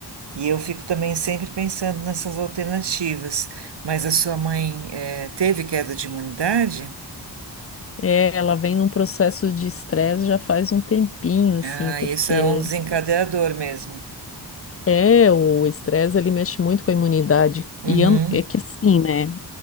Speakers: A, on the right (about 75°); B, on the left (about 35°).
A: E eu fico também sempre pensando nessas alternativas. Mas a sua mãe, eh, teve queda de imunidade?
B: É, ela vem num processo de estresse já faz um tempinho, assim,
A: Ah,
B: porque
A: isso é um desencadeador mesmo.
B: é, o estresse ele mexe muito com a imunidade.
A: Uhum.
B: E ano- é que assim, né?